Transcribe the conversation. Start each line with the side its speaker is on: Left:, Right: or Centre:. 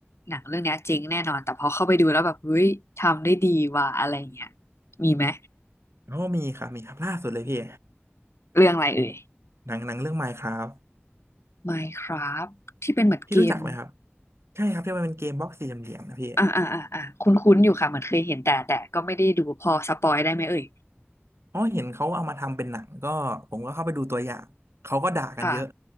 Left: หนังเรื่องเนี้ยเจ๋งแน่นอนแต่พอเข้าไปดูแล้วแบบเฮ้ยทำได้ดีว่ะอะไรเงี้ยมีไหม
Right: เพราะวามีครับมีครับล่าสุดเลยพี่
Left: เรื่องอะไรเอ่ย
Right: หนังหนังเรื่อง Minecraft
Left: Minecraft ที่เป็นเหมือนเกม
Right: พี่รู้จักไหมครับใช่ครับที่มันเป็นเกมบล็อกสี่เหลี่ยมๆนะพี่
Left: อ่าอ่าอ่าอ่าคุ้นๆอยู่ค่ะเหมือนเคยเห็นแต่แต่ก็ไม่ได้ดูพอสปอยได้ไหมเอ่ย
Right: อ๋อเห็นเขาเอามาทำเป็นหนังก็ผมก็เข้าไปดูตัวอย่างเขาก็ด่ากันเยอะ
Left: ค่ะ